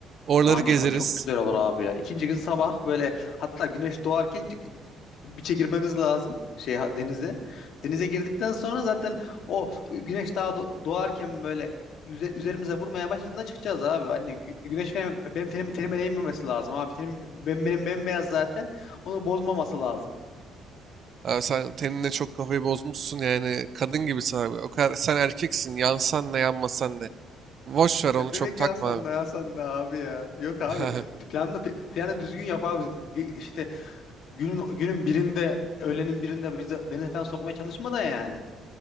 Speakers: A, on the right (about 50°); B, on the left (about 70°).
A: Oraları
B: Aynen
A: gezeriz.
B: o çok güzel olur abi ya. İkinci gün sabah böyle hatta güneş doğarken çık- biçe girmemiz lazım şey denize. Denize girdikten sonra zaten o güneş daha do- doğarken böyle üze- üzerimize vurmaya başladığında çıkacağız abi. Hani gü- güneş benim, benim tenime, tenime değmemesi lazım abi. Tenim ben benim bembeyaz zaten. Onu bozmaması lazım.
A: Ha, sen tenine çok kafayı bozmuşsun yani kadın gibisin abi. O kadar, sen erkeksin yansan ne yanmasan ne. Boş ver
B: Ne
A: onu çok
B: demek
A: takma
B: ya Hasan
A: abi.
B: da Hasan da abi ya. Yok abi.
A: <laughs>
B: Planını planı düzgün yap abi. Gü- İşte günün günün birinde öğlenin birinde bizi denize falan sokmaya çalışma da yani.